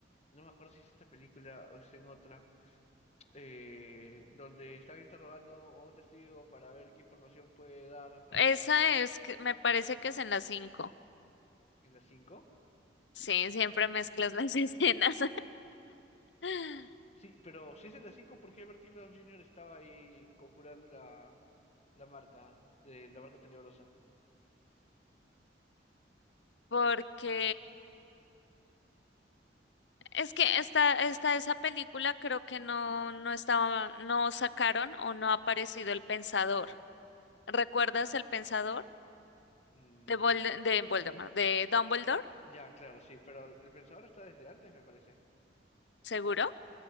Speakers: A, on the left (about 40°); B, on the left (about 75°).
A: No me acuerdo si es esta película o es en otra, eh, donde están interrogando a un testigo para ver qué información puede dar para
B: esa es, que- me parece que es en las 5.
A: en las 5?
B: Sí, siempre mezclas las <laughs> escenas. <laughs>
A: Sí, pero si es en las cinco ¿por qué Bertie Krause Jr. estaba ahí conjurando la, la marca, de, la marca tenebrosa?
B: Porque es que esta, esta, esa película creo que no, no estaba, no sacaron o no ha aparecido el Pensador. ¿Recuerdas el Pensador?
A: Mm,
B: De Volde- de Voldemort, de Dumbledore,
A: ya, claro, sí, pero el pensador está desde antes, me parece.
B: seguro.